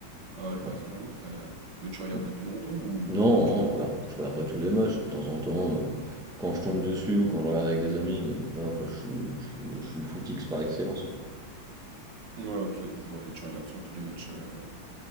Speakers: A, on the right; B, in the centre.
A: Ah ouais, le Paris
B: Ah
A: Saint-Germain, t'as- Mais tu regardes
B: bon?
A: depuis longtemps ou
B: Non,
A: juste tu regardes
B: non, je regarde
A: depuis
B: je
A: longtemps
B: regarde pas tous les matchs et de temps en temps, heu, quand je tombe dessus ou quand je regarde avec des amis, mais voilà quoi, je suis je suis je suis le footix par excellence quoi.
A: Ouais, ok, je vois. Et tu regardes sur tous les matchs euh,